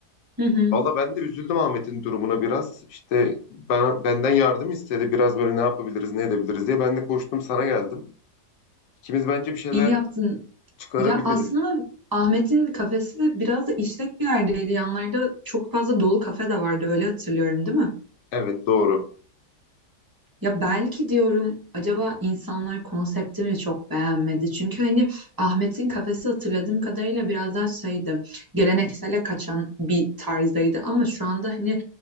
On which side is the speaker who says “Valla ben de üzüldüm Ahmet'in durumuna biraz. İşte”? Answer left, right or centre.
Left